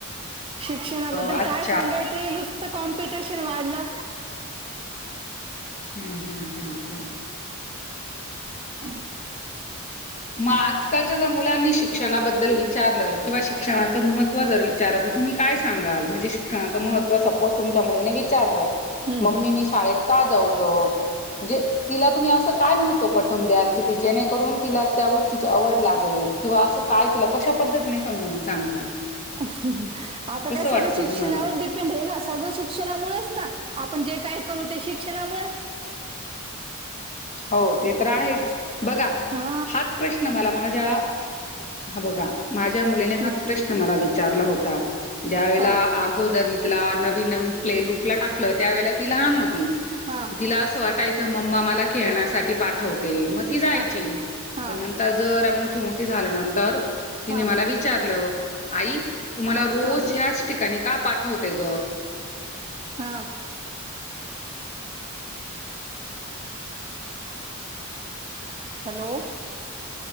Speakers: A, on the right (about 25°); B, on the left (about 35°).
A: शिक्षणाबद्दल
B: आजच्या
A: काय सांगायच नुसतं कॉम, पिटेशन वाढलं!
B: हं, हं, हं, हं.
A: <unintelligible>
B: मग आजकालच्या जर मुलांनी शिक्षणाबद्दल विचारलं किंवा शिक्षणाचं महत्त्व जर विचारत. तुम् काय सांगाल म्हणजे श्षणा मह सपोज तुमच्या मुली न विचार
A: हम्म
B: मम्मी मी शळेत का जाऊ? म्हणजे तिला तुम्ही अस काय म्हह पटून द्याल की जेणेकरून तिला, त्या गोष्टीची आवड लागेल. किंवा असं काय तिला कशा पद्धतीने समजून सांगाल?
A: आता
B: कसं
A: काय सगळं
B: वाटतं
A: शिक्षणावर
B: तुम्हाला?
A: डिपेंड आहे. ना सगळं शिक्षणामुळेच ना आपण जे काय, करू ते शिक्षणामुळे
B: हो ते
A: हम्म.
B: तर आहेच बघा
A: हा
B: हाच प्रश्न मला माझ्या, हा बघा माझ्या मुलीने
A: हम्म.
B: हा प्रश्न मला विचारला होता. ज्या वेळेला
A: हा
B: अगोदर मी तिला नवीन, नवीन प्ले ग्रुपला टाकलं त्यावेेळे ती लहान होती.
A: हा
B: तिला असं वाटायचं मम्मा मला खेळण्यासाठी पाठवत. ते मग ती जायची,
A: हा हा
B: पण नंतर जर मोठी मोठी झाल्यानंतर. तिने
A: हा
B: मला विचारलं आई? तु मला रोज
A: हा
B: ह्याच ठिकाणी का पाठवते ग?
A: हा, हॅलो,